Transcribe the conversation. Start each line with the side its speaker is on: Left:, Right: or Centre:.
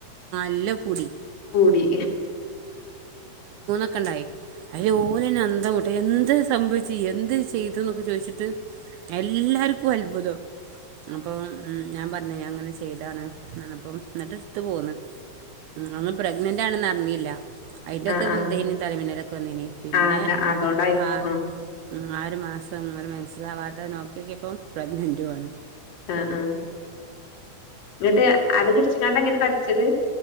Right: ല്ലക്കുടി
Left: കൂടി
Right: ഒക്കെണ്ടായി. അയിലോലെന്നന്ധം വിട്ട്. എന്ത് സംഭവിച്ച് എന്ത് ചെയ് തുന്നൊക്കെ ചോയ്ച്ചിട്ട് എല്ലാർക്കും അൽഭുതം. അപ്പോ ഞാൻ പറ ന്ന് ഞാങ്ങനെ ചെയ്താണ്ന്ന്റഞ്ഞപ്പോം ന്നിട്ട് ടുത്ത് പോന്ന്. അന്ന് പ്രഗ്നന്റാ ണെന്നറിഞ്ഞില്ല. അയിന്റോക്കെ
Left: ആ ആ
Right: ദേനു തലമിന്നലൊക്കെ വന്നേന പിന്നെ
Left: ആ അത് അതോണ്ടായിരിക്കും
Right: ആ ഉം. ആയൊരുമാസം ങ്ങനെ മെൻസസാവാതെ നോക്കിയോക്കിപ്പം പ്രഗ്നൻറ്റുആ ണ്.
Left: അ ആ ന്നിട്ട് അത് കുടിച്ച്ങ്ങാണ്ടങ്ങനെ തടിച്ചത്.